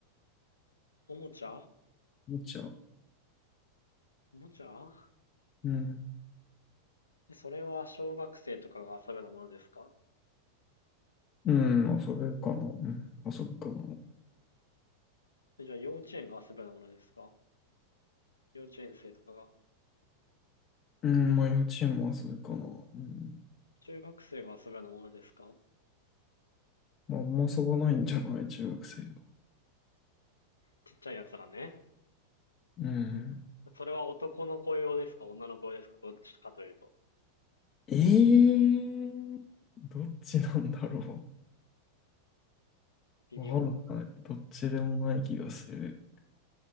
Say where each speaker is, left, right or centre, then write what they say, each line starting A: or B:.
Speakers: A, on the left; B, on the left.
A: おもちゃ
B: おもちゃ。
A: おもちゃ
B: うん。
A: え、それは小学生とかが遊べなものですか
B: うん、遊べるかな。うん、遊ぶかな。
A: えじゃあ幼稚園が遊べなものですか幼稚園生とかが。
B: うん、まあ幼稚園も遊ぶかな。うん。
A: 中学生が遊べなものですか
B: まあ、あんま遊ばないんじゃない中学生は。
A: ちっちゃいやつらね。
B: うん。
A: それは男の子用ですか女の子用ですかどっちかというと。
B: えー、どっちなんだろう。
A: 微妙
B: わからない。どっちでもない気がする。